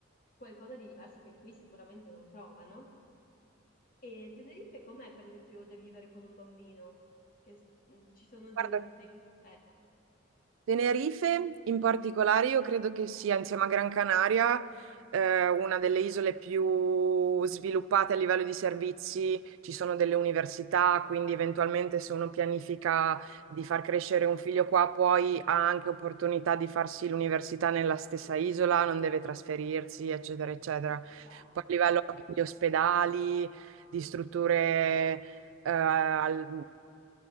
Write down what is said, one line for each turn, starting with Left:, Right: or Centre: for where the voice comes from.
Left: qualcosa di diverso che qui sicuramente non trovano. E Tenerife com'è, per esempio, da vivere con un bambino? Che s- mm, ci sono del,
Right: Guarda,
Left: dei... Eh,
Right: Tenerife in particolare io credo che sia insieme a Gran Canaria eh, una delle isole più sviluppate a livello di servizi, ci sono delle università, quindi eventualmente se uno pianifica di far crescere un figlio qua, poi ha anche opportunità di farsi l'università nella stessa isola, non deve trasferirsi, eccetera, eccetera.
Left: ok,
Right: Poi a livello anche di ospedali, di strutture... eh, al-